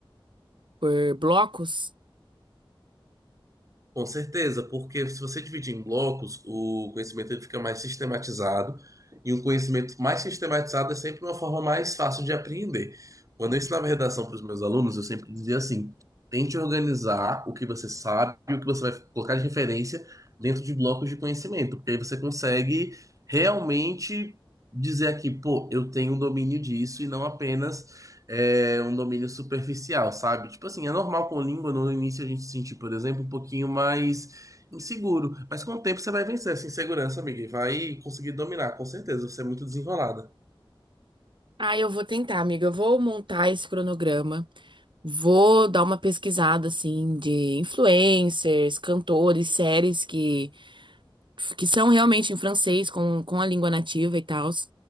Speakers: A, on the right; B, on the right.
A: por blocos.
B: Com certeza, porque se você dividir em blocos, o conhecimento ele fica mais sistematizado, e um conhecimento mais sistematizado é sempre uma forma mais fácil de aprender. Quando eu ensinava redação para os meus alunos, eu sempre dizia assim: tente organizar o que você sabe e o que você vai colocar de referência dentro de blocos de conhecimento, porque aí você consegue realmente dizer aqui, pô, eu tenho um domínio disso e não apenas é um domínio superficial, sabe? Tipo assim, é normal com língua no início a gente se sentir, por exemplo, um pouquinho mais inseguro, mas com o tempo você vai vencer essa insegurança, amiga, e vai conseguir dominar, com certeza. Você é muito desenrolada.
A: Ah, eu vou tentar, amiga. Eu vou montar esse cronograma. Vou dar uma pesquisada assim de influencers, cantores, séries que, que são realmente em francês com, com a língua nativa e tal,